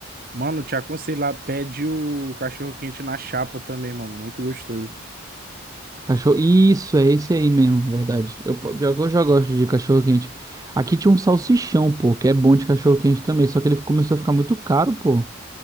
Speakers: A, on the right; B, on the right.
A: mano, te aconselho lá, pede o cachorro quente na chapa também, mano. Muito gostoso.
B: Cachorro. Isso, é esse aí mesmo, verdade. Eu, pior que eu já gosto de cachorro quente. Aqui tinha um salsichão, pô, que é bom de cachorro quente também, só que ele começou a ficar muito caro, pô.